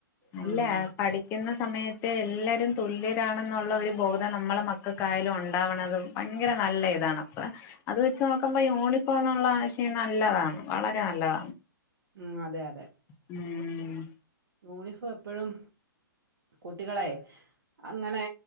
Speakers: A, on the right (about 80°); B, on the left (about 20°).
A: ഉം
B: അല്ല പഠിക്ക്ന്ന സമയത്തെ എല്ലരും തുല്യരാണെന്നൊള്ളൊരു ബോധം നമ്മളെ മക്കക്കായാലും ഉണ്ടാവണത് ഭയങ്കര നല്ല ഇതാണ് അപ്പ അത് വെച്ച് നോക്കുമ്പ യൂണി ഇപ്പോന്നൊള്ള ആശയം നല്ലതാണ്. വളരെ നല്ലതാ
A: ഉം അതെ അതെ.
B: ഉം.
A: ഊണിഫോം എപ്പഴും കുട്ടികളെ അങ്ങനെ